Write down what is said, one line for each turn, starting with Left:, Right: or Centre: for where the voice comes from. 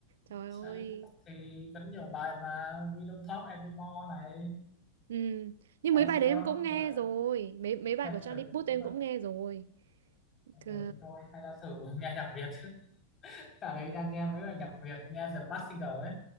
Right: Trời
Left: Charlie
Right: ơi.
Left: Puth thì vẫn nhiều bài mà We Don't Talk Anymore này
Right: Ừ. Nhưng
Left: nghe
Right: mấy bài
Left: chưa
Right: đấy em cũng nghe
Left: rồi
Right: rồi. Mấy mấy
Left: Attention
Right: bài của Charlie Puth
Left: nếu
Right: em
Left: mà
Right: cũng nghe rồi. Ờ,
Left: rồi thì thôi hay là thử <laughs> nghe nhạc Việt <laughs> ở đấy đang nghe mấy bài nhạc Việt nghe The Mask Singer ấy